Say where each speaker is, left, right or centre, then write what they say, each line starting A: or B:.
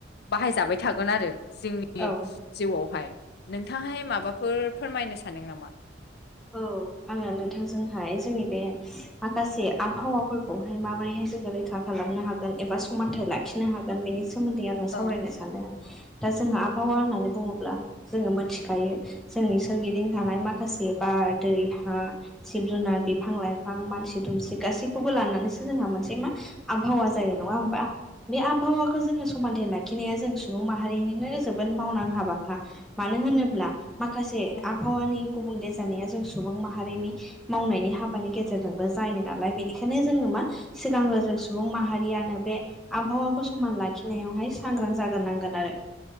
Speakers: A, on the left (about 60°); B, in the centre.
A: बाहाय जाबाय थागोन आरो। जोंनि
B: औ
A: जिउआवहाय नोंथांहाय माबाफोर फोरमायनो सानदों नामा?
B: औ आङो नोंथांजोंहाय जोंनि बे माखासे आबहावाफोरखौहाय माबोरैहाय जोङो रैखा खालामनो हागोन एबा समानथाइ लाखिनो हागोन बेनि सो मोन्दै आङो
A: औ
B: सावरायनो सानदों। दा जोङो आबहावा होननानै बुङोब्ला जोङो मोनथिखायो जोंनि सोरगिदिं थानाय माखासे बार, दै, हा, जिब जुनार, बिफां लाइफां, मानसि दुमसि, गासैखौबो लानानैसो जोंहा मोनसे मा आबहावा जायो नङा होमबा? बे आबहावाखौ जोङो समानथाइ लाखिनाया जों सुबुं माहारिनिनो जोबोद मावनां हाबाखा। मानो होनोब्ला माखासे
A: औ
B: आबहावानि गुबुंले जानाया जों सुबुं माहारिनि मावनायनि हाबानि गेजेरजोंबो जायो नालाय बिनिखायनो जोङो मा सिगांङो जों सुबुं माहारियानो बे आबहावाखौ समान लाखिनायावहाय सांग्रां जाग्रोनांगोन आरो